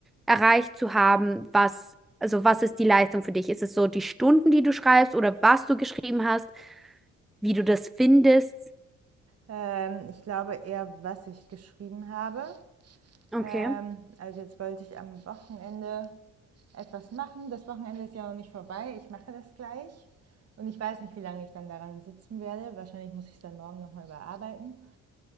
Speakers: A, in the centre; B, on the right.
A: erreicht zu haben, was, also was ist die Leistung für dich? Ist es so die Stunden, die du schreibst oder was du geschrieben hast, wie du das findest?
B: Ähm, ich glaube eher, was ich geschrieben habe.
A: Okay,
B: Ähm, also jetzt wollte ich am Wochenende etwas machen. Das Wochenende ist ja noch nicht vorbei. Ich mache das gleich. Und ich weiß nicht, wie lange ich dann daran sitzen werde. Wahrscheinlich muss ich es dann morgen nochmal überarbeiten.